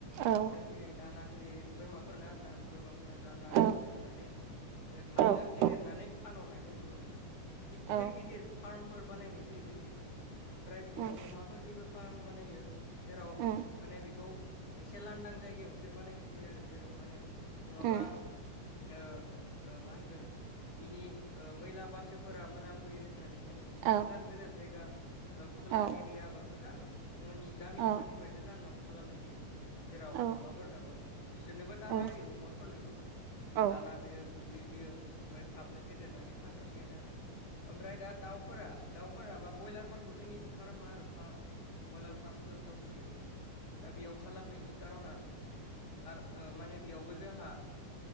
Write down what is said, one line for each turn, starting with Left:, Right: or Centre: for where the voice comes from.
Right: औ
Left: गांसो होयै दाना होयै बोरमाफोरनो आरोना बोरमाफोरनो दाना
Right: औ
Left: गांसो होननानै थाबनो
Right: औ
Left: फेदेरनानै फानहरनायखौ नुनो मोनो गिदिर
Right: औ
Left: गिदिर फार्मफोर बानायनाय जायो जोंनिथिं ओमफ्राय बिदिनो
Right: उम
Left: अमाफोरनिबो फार्म बानायो जेराव
Right: उम
Left: माने बेखौ एसे लांदां जायगायावसो बानायनाय जायो आरो जेराव माने नङाबा
Right: उम
Left: मा होनगोन बिनि मैला बासोफोरा मोनाम फैयो होननानै जोङो
Right: औ
Left: गोजान गोजान जायगा खुला
Right: औ
Left: एरिया बा गोजान न'नि गामिफोरनिफ्राय
Right: औ
Left: गोजानाव खालामनाय जायो जेराव
Right: औ
Left: अमाफोरनोबो बिसोरनोबो दाना
Right: औ
Left: होयो अमाफोरनोबो
Right: औ
Left: दाना होयो गुन्दै होयो ओमफ्राय थाबनो फेदेरनानै फानहरसिगोन आरो ओमफ्राय दा दाउफोरा दाउफोराबा ब्रयलारफोरखौ जोंनिजो खारामो आरो फार्म ब्रयलार फार्मफोर दंसैयो दा बेयाव खालामनायनि खार'ना आरो माने बेयावबो जोंहा